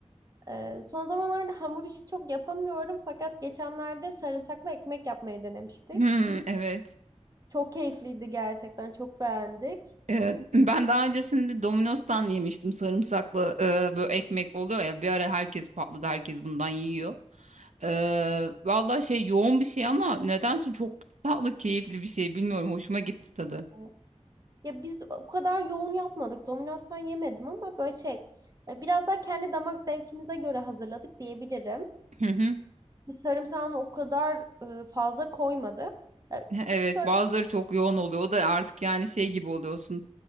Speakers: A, on the right; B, on the right.
A: E, son zamanlarda hamur işi çok yapamıyorum fakat geçenlerde sarımsaklı ekmek yapmayı denemiştik.
B: Hmm, evet.
A: Çok keyifliydi gerçekten. Çok beğendik.
B: Ee, ben daha öncesinde Domino's'tan yemiştim sarımsaklı e, böyle ekmek oluyor ya bir ara herkes patladı herkes bundan yiyor. Ee, vallahi şey yoğun bir şey ama nedense çok tatlı keyifli bir şey bilmiyorum hoşuma gitti tadı.
A: Evet. Ya biz o kadar yoğun yapmadık. Domino's'tan yemedim ama böyle şey e, biraz daha kendi damak zevkimize göre hazırladık diyebilirim.
B: Hı hı.
A: Biz sarımsağını o kadar e, fazla koymadık. Ya
B: Evet
A: Şöyle
B: bazıları çok yoğun oluyor o da artık yani şey gibi oluyorsun